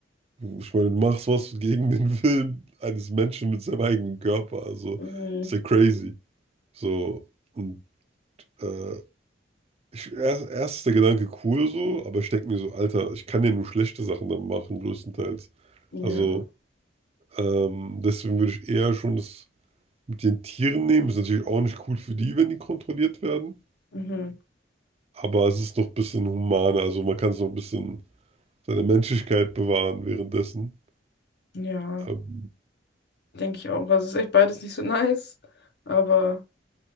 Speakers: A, on the right (about 35°); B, on the left (about 60°).
A: Ich meine, du machst was gegen den Willen eines Menschen mit seinem eigenen Körper. Also
B: Mhm.
A: ist ja crazy. So, und äh, ich, erst, erst ist der Gedanke cool so, aber ich denke mir so, Alter, ich kann ja nur schlechte Sachen dann machen, größtenteils.
B: Ja.
A: Also ähm, deswegen würde ich eher schon das mit den Tieren nehmen. Ist natürlich auch nicht cool für die, wenn die kontrolliert werden.
B: Mhm.
A: Aber es ist noch ein bisschen humaner. Also man kann es noch ein bisschen seine Menschlichkeit bewahren währenddessen.
B: Ja,
A: Ähm,
B: denke ich auch. Also es ist echt beides nicht so <laughs> nice, aber